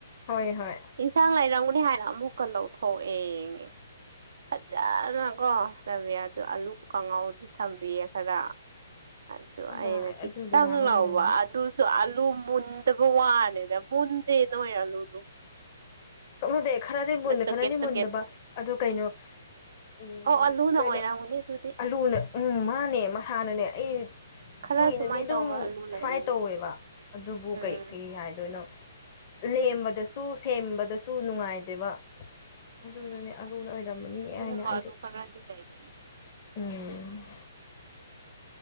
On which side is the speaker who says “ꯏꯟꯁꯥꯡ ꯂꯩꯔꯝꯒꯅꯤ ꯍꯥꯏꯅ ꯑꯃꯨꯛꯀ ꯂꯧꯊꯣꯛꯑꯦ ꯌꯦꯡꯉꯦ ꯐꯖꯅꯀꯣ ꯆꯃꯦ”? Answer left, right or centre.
Right